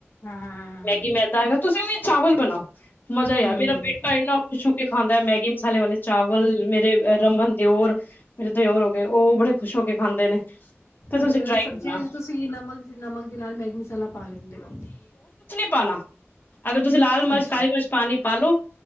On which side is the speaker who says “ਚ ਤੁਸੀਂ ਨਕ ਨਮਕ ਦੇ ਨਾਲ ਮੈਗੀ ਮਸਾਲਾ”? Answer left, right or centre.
Left